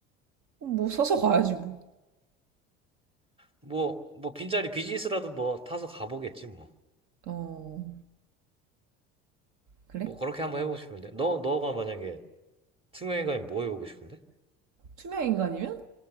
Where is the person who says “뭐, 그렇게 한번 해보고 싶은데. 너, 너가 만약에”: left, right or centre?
Right